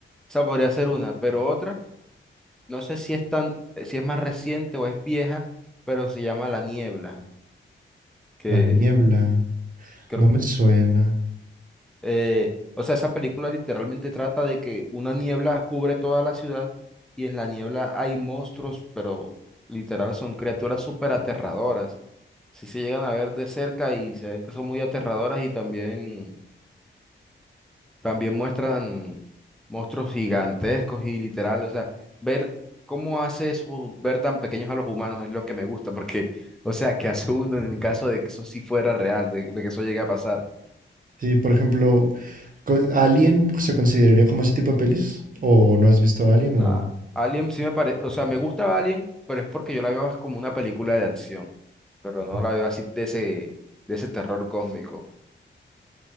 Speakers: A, in the centre; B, on the right (about 45°).
A: Esa podría ser una, pero otra. No sé si es tan, si es más reciente o es vieja, pero se llama La Niebla, que
B: La niebla,
A: creo,
B: no me suena.
A: eh, o sea, esa película literalmente trata de que una niebla cubre toda la ciudad y en la niebla hay monstruos, pero literal son criaturas súper aterradoras. Si se llegan a ver de cerca y se ven que son muy aterradoras y también También muestran monstruos gigantescos y literal, o sea, ver cómo hace eso, ver tan pequeños a los humanos es lo que me gusta, porque, o sea, ¿qué hace uno en caso de que eso sí fuera real, de, de que eso llegue a pasar?
B: Sí, por ejemplo, Co- ¿Alien se consideraría como ese tipo de pelis? ¿O no has visto Alien?
A: Nada.
B: O...
A: Alien sí me parece, o sea, me gusta Alien, pero es porque yo la veo como una película de acción, pero no
B: Ok,
A: la veo así de ese, de ese terror cósmico.